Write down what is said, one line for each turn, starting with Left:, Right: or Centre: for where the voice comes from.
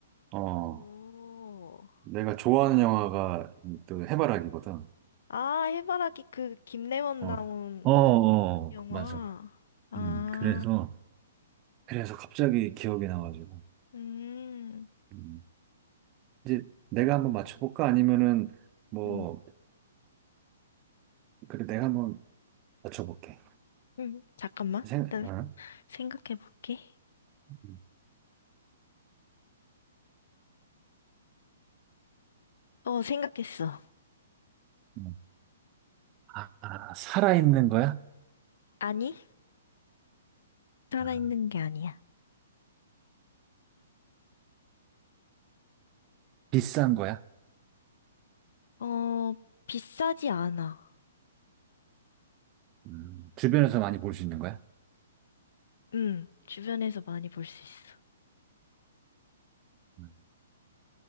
Right: 어,
Left: 오.
Right: 내가 좋아하는 영화가 이또 해바라기거든.
Left: 아, 해바라기 그 김래원
Right: 어,
Left: 나온
Right: 어, 어,
Left: 영화.
Right: 맞아.
Left: 아,
Right: 음, 그래서, 그래서 갑자기 기억이 나가지고.
Left: 음.
Right: 음. 이제 내가 한번 맞춰볼까? 아니면은 뭐
Left: 음.
Right: 그래 내가 한번 맞춰볼게.
Left: 음, 잠깐만.
Right: 생,
Left: 나
Right: 어?
Left: 생각해 볼게.
Right: 음,
Left: 어, 생각했어.
Right: 음. 아, 아, 살아있는 거야?
Left: 아니, 살아있는
Right: 아,
Left: 게 아니야.
Right: 비싼 거야?
Left: 어, 비싸지 않아.
Right: 음, 주변에서 많이 볼 수 있는 거야?
Left: 음, 주변에서 많이 볼 수 있어.
Right: 음,